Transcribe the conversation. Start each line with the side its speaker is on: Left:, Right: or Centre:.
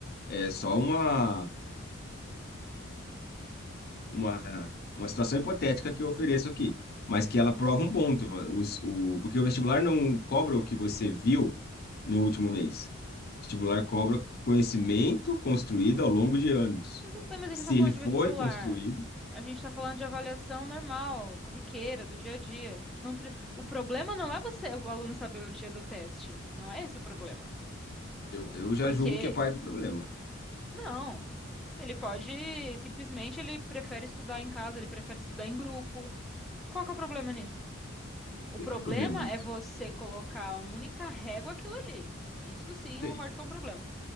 Left: É só uma. uma, uma situação hipotética que eu ofereço aqui, mas que ela prova um ponto, os, o, porque o vestibular não cobra o que você viu no último mês. O vestibular cobra conhecimento construído ao longo de anos.
Centre: Tudo bem, mas a
Left: Se
Centre: gente está falando
Left: ele foi
Centre: de vestibular.
Left: construído,
Centre: A gente está falando de avaliação normal, corriqueira, do dia a dia. Não pre- o problema não é você, o aluno saber o dia do teste. Não é esse o problema.
Left: eu,
Centre: O-
Left: eu já
Centre: Porque,
Left: julgo que é parte do problema.
Centre: não, ele pode, simplesmente, ele prefere estudar em casa, ele prefere estudar em grupo. Qual que é o problema nisso? O
Left: Não
Centre: problema
Left: há problema nisso.
Centre: é você colocar a única régua aquilo ali. Isso sim, eu
Left: Sim.
Centre: concordo que é um problema.